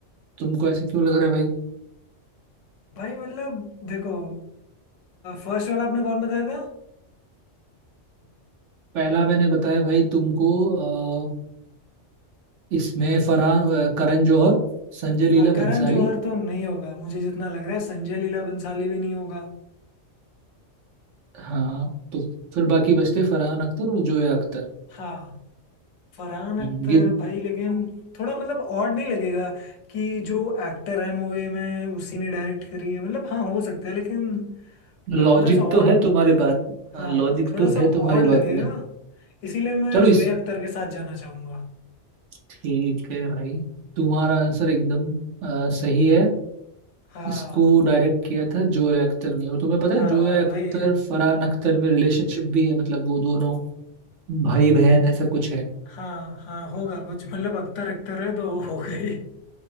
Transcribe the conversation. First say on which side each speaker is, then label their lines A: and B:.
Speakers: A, on the right; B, on the left.
A: तुमको ऐसे क्यों लग रहा है भाई
B: भाई मतलब देखो फर्स्ट वाला आपने कौन बताया था
A: पहला मैंने बताया भाई तुमको अ, इसमें फरहान अ, करण जौहर संजय लीला
B: हाँ करण
A: भंसाली
B: जौहर तो नहीं होगा मुझे जितना लग रहा है संजय लीला भंसाली भी नहीं होगा
A: हाँ तो फिर बाकी बचते फरहान अख्तर और जोया अख्तर
B: हाँ फरहान अख्तर
A: हम्म, ये
B: भाई लेकिन थोड़ा मतलब ऑड नहीं लगेगा कि जो एक्टर है मूवी में उसी ने डायरेक्ट करी है मतलब हाँ हो सकता है लेकिन
A: लॉजिक
B: थोड़ा सा ऑड
A: तो है तुम्हारे बात हाँ
B: हाँ
A: लॉजिक
B: थोड़ा
A: तो
B: सा
A: है तुम्हारी
B: ऑड लगेगा
A: बात में
B: इसीलिए मैं
A: चलो इस
B: जोया अख्तर के साथ जाना चाहूंगा
A: ठीक है भाई तुम्हारा आंसर एकदम अ, सही है
B: हाँ
A: इसको डायरेक्ट किया था जोया अख्तर ने और तुम्हें पता
B: हाँ
A: है जोया अख्तर
B: वही
A: फरहान अख्तर में रिलेशनशिप भी है मतलब वो दोनों भाई बहन ऐसा कुछ है
B: हाँ हाँ होगा कुछ मतलब अख्तर अख्तर है तो हो गई